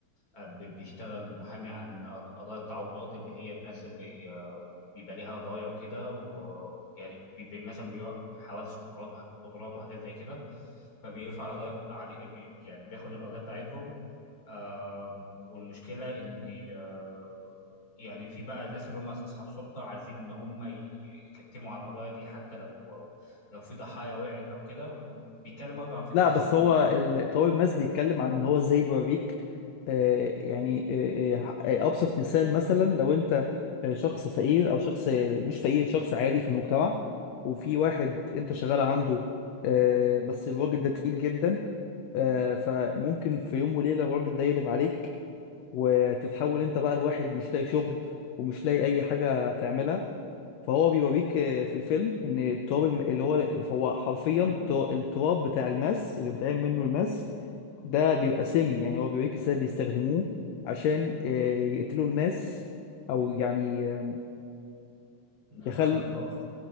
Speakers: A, on the left; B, on the left.
A: آه، ب- بيشتغل محامي عن قض- قضايا التعويضات اللي هي الناس اللي آه، بيبقى ليها قضايا وكده ويعني بيبقى مثلا بيوقف حوادث قطورات وح- قطورات وحاجات زي كده فبيرفع القضايا علي بي- يعني بياخد القضايا بتاعتهم آم، والمشكله ان آه، يعني في بقى ناس اللي هم اصحاب سلطه عايزين ان هم ي- يكتموا على القضايا دي حتى لو لو في ضحايا وقعت او كده بيتكلم برضه عن فكره
B: لا بس
A: السلطه
B: هو
A: وكده
B: ال- طارق ماس بيتكلم عن ان هو ازاي بيوريك آه، يعني آه، آه، آه، ابسط مثال مثلا لو انت آه، شخص فقير او شخص مش فقير شخص عادي في المجتمع وفي واحد انت شغال عنده آه، بس الراجل ده تقيل جدا آه، فممكن في يوم وليلة الراجل ده يقلب عليك وتتحول انت بقى لواحد مش لاقي شغل ومش لاقي اي حاجة تعملها فهو بيوريك آه، في الفيلم ان التراب الم- اللي هو فهو حرفيا تو- التراب بتاع الماس اللي بيتعمل منه الماس ده بيبقى سم يعني هو بيوريك ازاي بيستخدموه عشان آه، يقتلوا الناس او يعني آه،
A: انا
B: يخل
A: فاهمك اه